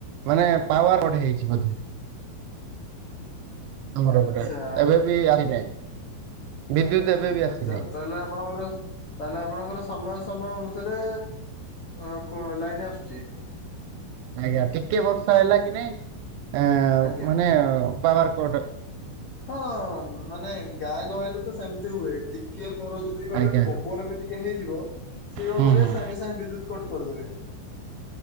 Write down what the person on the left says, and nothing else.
ଆଚ୍ଛା
ଆଚ୍ଛା ତାହେଲେ ଆପଣଙ୍କର ତାହେଲେ ଆପଣଙ୍କର ସମୟ ସମୟ ଅନୁସାରେ ଅ, କଣ ଲାଇନ ଆସୁଛି?
ଆଜ୍ଞା
ହଁ ମାନେ ଗାଁ ଗହଳିରେ ତ ସେମିତି ହୁଏ ଟିକେ ଧର ଯି ଗୋଟେ
ପବନ ବି ଟିକେ ହେଇଯିବ ସିଏ କଣ
କରିବେ
ସାଙ୍ଗେ ସାଙ୍ଗେ ବିଦ୍ୟୁତ କଟ୍ କରିଦେବେ।